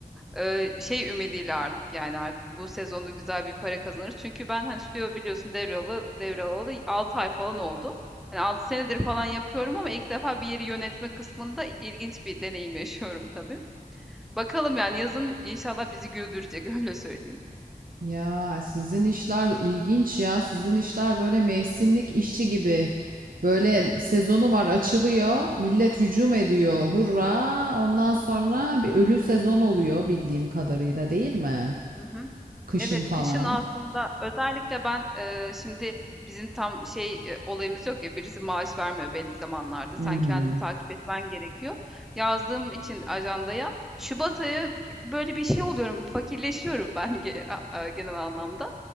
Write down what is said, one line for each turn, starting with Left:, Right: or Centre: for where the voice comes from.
Centre: Eee, şey ümidiyle artık yani artık bu sezonda güzel bir para kazanırız. Çünkü ben hani stüdyo biliyorsun devralı devralı 6 ay falan oldu. yani 6 senedir falan yapıyorum ama ilk defa bir yeri yönetme kısmında ilginç bir deneyim yaşıyorum tabii. Bakalım yani yazın inşallah bizi güldürecek <laughs> öyle söyleyeyim.
Right: Ya sizin işler ilginç ya. Sizin işler böyle mevsimlik işçi gibi. Böyle sezonu var açılıyor. Millet hücum ediyor. Hurra! Ondan sonra bir ölü sezon oluyor bildiğim kadarıyla değil mi?
Centre: Hı hı.
Right: Kışın
Centre: Evet,
Right: falan.
Centre: kışın aslında özellikle ben eee, şimdi bizim tam şey e, olayımız yok ya birisi maaş vermiyor belli zamanlarda.
Right: Hı
Centre: Sen
Right: hı.
Centre: kendini takip etmen gerekiyor. Yazdığım için ajandaya Şubat ayı böyle bir şey oluyorum, fakirleşiyorum ben ge- a- a- genel anlamda.